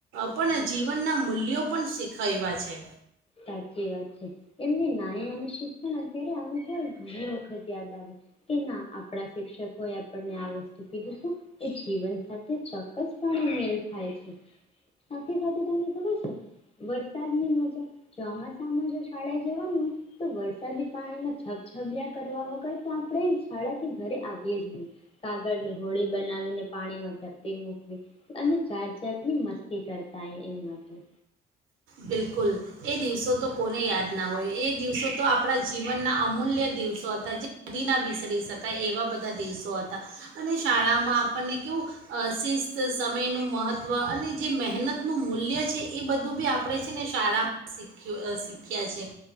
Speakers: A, on the right; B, on the left.
A: પણ જીવનના મૂલ્યો પણ શીખયવા છે.
B: સાચી વાત છે, એમની નાય અનેનું શિક્ષણ અત્યારે અમુક ઘણી વખત યાદ આવે કે ના આપણા શિક્ષકોએ આપણને આ વસ્તુ કીધુ તુ એ જીવન સાથે ચોક્કસપણે મેલ ખાય છે. સાથે સાથે તમને ખબર છે? વરસાદની મજા ચોમાસામાં જો શાળા જવાનું હોય તો વરસાદી પાણીમાં છપછપયા કરવા વગર તો આપણે શાળાથી ઘરે આવીએ જ નહી, કાગળની હોળી બનાવીને પાણીમાં તરતી મૂકવી અને જાત જાતની મસ્તી કરતા, એ માતો.
A: બિલકુલ એ દિવસો તો કોને યાદ ના હોય, એ દિવસો તો આપણા જીવનના અમૂલ્ય દિવસો હતા. જે નદીના વિસરી શકાય એવા બધા દિવસો હતા અને શાળામાં આપણને કેવું શિસ્ત સમયનું મહત્ત્વ અને જે મહેનતનું મૂલ્ય છે એ બધું બી આપ આપણે છે ને શાળા શીખ્યું શીખ્યા છે